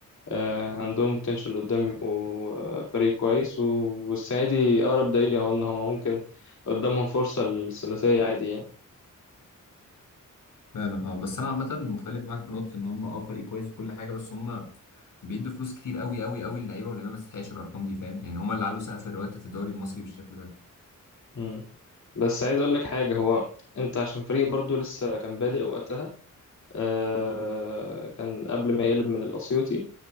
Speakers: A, on the left; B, on the left.
A: آه عندهم بوتنشال قدام يبقوا آه فريق كويس و- والسنة دي أقرب دليل أهو إن هما ممكن قدامهم فرصة الثلاثية عادي يعني
B: فعلا اه بس أنا عامة مختلف معاك في نقطة إن هم اه فريق كويس وكل حاجة بس هم بيدوا فلوس كتير قوي قوي قوي للعيبة واللعيبة ما تستحقش الأرقام دي فاهم يعني هم اللي علوا سقف الرواتب في الدوري المصري بالشكل ده
A: مم. بس عايز أقول لك حاجة هو أنت عشان فريق برضو لسه كان بادئ وقتها آه، كان قبل ما يقلب من الأسيوطي